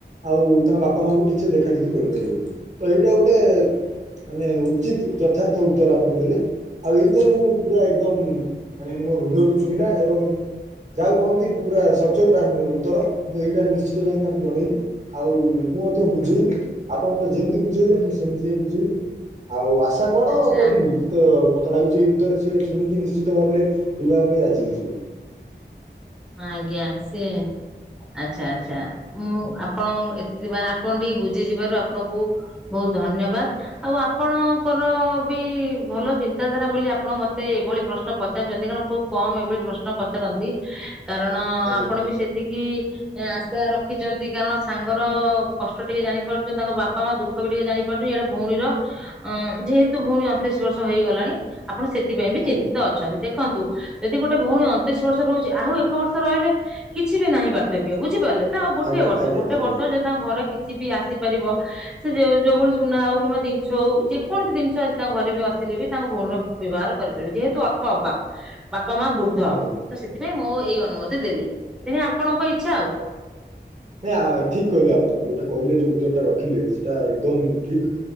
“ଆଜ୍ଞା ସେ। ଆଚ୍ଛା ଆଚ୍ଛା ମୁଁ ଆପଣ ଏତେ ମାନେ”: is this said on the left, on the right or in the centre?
Centre